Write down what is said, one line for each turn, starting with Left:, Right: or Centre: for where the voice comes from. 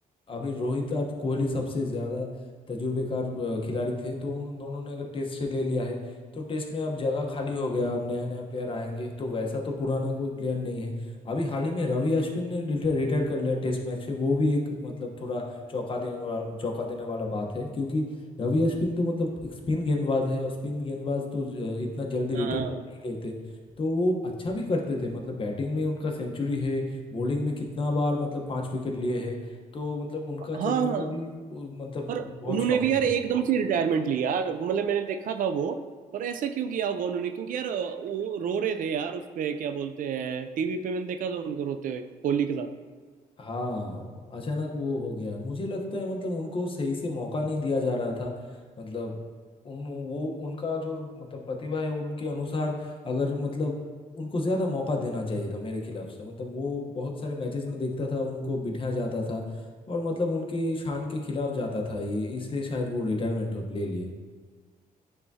Left: अभी रोहित और कोहली सबसे ज्यादा तजुर्बेकार अ, खिलाड़ी थे तो उन दोनों ने अगर टेस्ट से ले लिया है तो टेस्ट में अब जगह खाली हो गया अब नया नया प्लेयर आएंगे तो वैसा तो पुराना कोई प्लेयर नहीं है अभी हाल ही में रवि अश्विन ने रिटायर कर लिया टेस्ट मैच से वो भी एक मतलब थोड़ा चौंका देने वाला चौंका देने वाला बात है क्योंकि रवि अश्विन तो मतलब एक स्पिन गेंदबाज है और स्पिन गेंदबाज तो ज- इतना जल्दी रिटायर
Right: हाँ
Left: नहीं लेते तो वो अच्छा भी करते थे मतलब बैटिंग में उनका सेंचुरी है बॉलिंग में कितना बार मतलब पांच विकेट लिए हैं तो मतलब उनका चले
Right: हाँ
Left: जाना
Right: हाँ
Left: भी वो मतलब
Right: पर
Left: बहुत
Right: उन्होंने
Left: शॉकिंग
Right: भी यार
Left: है
Right: एकदम से रिटायरमेंट ली यार मतलब मैंने देखा था वो पर ऐसे क्यों किया होगा उन्होंने क्योंकि यार वो रो रहे थे यार उस पे क्या बोलते हैं टीवी पे मैंने देखा था उनको रोते हुए कोहली के साथ
Left: हाँ अचानक वो हो गया मुझे लगता है मतलब उनको सही से मौका नहीं दिया जा रहा था मतलब उन वो उनका जो मतलब प्रतिभा है उनके अनुसार अगर मतलब उनको ज्यादा मौका देना चाहिए था मेरे खिलाफ से मतलब वो बहुत सारे मैचेस में देखता था उनको बिठा जाता था और मतलब उनके शान के खिलाफ जाता था ये इसलिए शायद वो रिटायरमेंट ले लिए